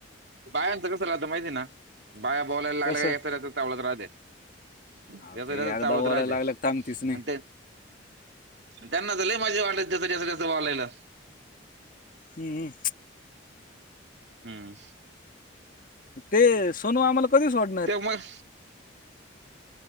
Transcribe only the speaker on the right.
बायांचं कस राहतं माहिती ना बाया बोलायला लागल्या
का या त्यावडत राहते त्याच
त्याच
चावत
राहते आणि
ते त्यांना झालं माझी वाटत जसं जसं जसं वालायला
हम्म
ते मग